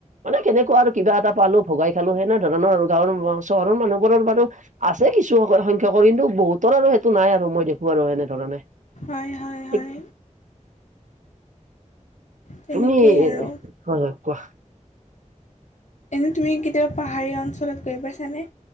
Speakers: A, on the right; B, on the left.
A: মানে কেনেকুৱা আৰু কিবা এটা পালো ভগাই খালো সেনে ধৰণৰ আৰু গাঁৱৰ চহৰৰ মানুহবোৰৰ বাৰু আছে কিছু সংখ্যকৰ কিন্তু বহুত তৰ আৰু সেইটো নাই আৰু মই দেখো আৰু এনেধৰণে।
B: হয় হয় হয়
A: এই
B: তেনেকেই
A: তুমি
B: আৰু
A: হয় হয় কোৱা।
B: এনে তুমি কেতিয়াবা পাহাৰীয়া অঞ্চলত গৈ পাইছানে?